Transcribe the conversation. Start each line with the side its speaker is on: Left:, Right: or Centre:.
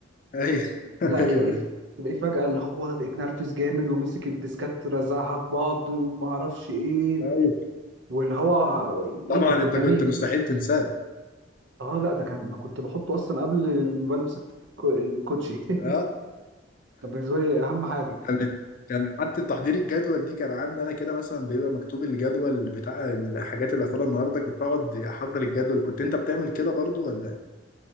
Left: ايوه <laughs>
Right: لا
Left: ايوه
Right: تلاقيه
Left: ايوه
Right: تلاقيه فجأة اللي هو اتنرفز جامد ومسك الديسكات رزعها في بعض ومعرفش ايه
Left: أيوة.
Right: واللي هو ايه
Left: طبعا
Right: ده انت
Left: انت كنت
Right: مين
Left: مستحيل تنساه
Right: اه لا ده كان انا كنت بحطه اصلا قبل ما بلبس الك- الكوتشي <laughs>
Left: اه
Right: كان بالنسبه لي اهم حاجه
Left: كان كان حتى تحضير الجدول دي كان عندي انا كده مثلا بيبقى مكتوب الجدول بتاع الحاجات اللي هاخدها النهارده كنت اقعد احضر الجدول كنت انت بتعمل كده برضو ولا